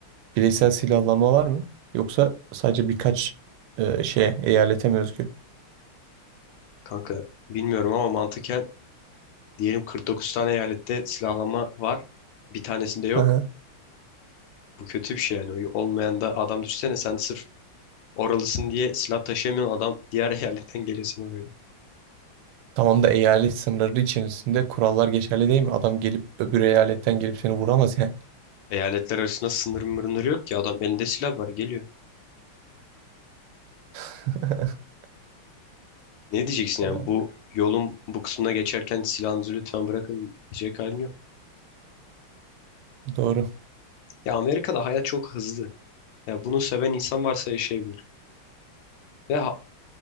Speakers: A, on the right (about 90°); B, on the left (about 70°).
A: Bireysel silahlanma var mı? Yoksa sadece birkaç e, şeye, eyalete mi özgü?
B: Kanka bilmiyorum ama mantıken diyelim 49 tane eyalette silahlanma var. Bir tanesinde yok.
A: Aha.
B: Bu kötü bir şey yani. Olmayan da adam düşsene sen sırf Oralısın diye silah taşıyamayan adam diğer <laughs> eyaletten geliyor seni vuruyor.
A: Tamam da eyalet sınırları içerisinde kurallar geçerli değil mi? Adam gelip öbür eyaletten gelip seni vuramaz ya.
B: Eyaletler arasında sınır mırınır yok ki adam elinde silah var geliyor.
A: <laughs>
B: Ne diyeceksin yani
A: Ee,
B: bu yolun bu kısmına geçerken silahınızı lütfen bırakın diyecek halin yok.
A: Doğru.
B: Ya Amerika'da hayat çok hızlı. Ya bunu seven insan varsa yaşayabilir. Ve ha-